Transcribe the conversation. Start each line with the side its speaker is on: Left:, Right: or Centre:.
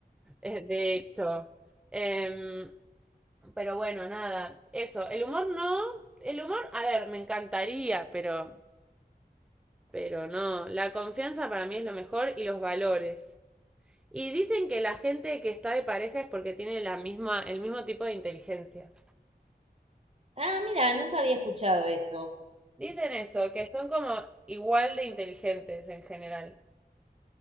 Centre: eh, de hecho. Em, pero bueno, nada. Eso, el humor no. El humor, a ver, me encantaría, pero, pero no. La confianza para mí es lo mejor y los valores. Y dicen que la gente que está de pareja es porque tiene la misma, el mismo tipo de inteligencia.
Right: Ah, mira, nunca había escuchado eso.
Centre: Dicen eso, que son como igual de inteligentes en general.